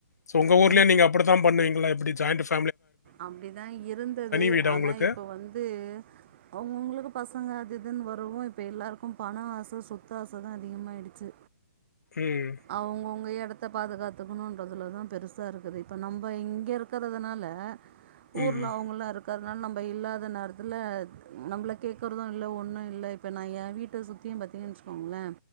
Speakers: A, on the left; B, on the right.
A: சோ உங்க ஊர்லயு
B: எங்
A: நீங்க அப்டித்தா பண்ணுவீங்ளா? எப்டி ஜாயிண்ட் ஃப்
B: அப்டிதா இருந்தது.
A: வீடா
B: ஆனா
A: உங்களுக்கு
B: இப்ப வந்து அவங்கவுங்களுக்கு பசங்க அது இதுன்னு வரவு இப்ப எல்லாருக்கு பண ஆச சொத்து ஆசதா அதிகமாயிடுச்சு
A: ம்
B: அவங்கவுங்க எடத்த பாதுகாத்துக்கணுன்றதுல தா பெருசா இருக்குது. இப்போ நம்ப இங்க இருக்குறதுனால ஊர்ல
A: ம்
B: அவங்கல்லா இருக் கறதுனால நம்ப இல்லாத நேரத்துல நம்மள கேக்கறது இல்ல ஒன்னு இல்ல. இப்ப நா ஏ வீட்ட சுத் தி பாத்தீங்கன்னு வச்சக்கோங்களே.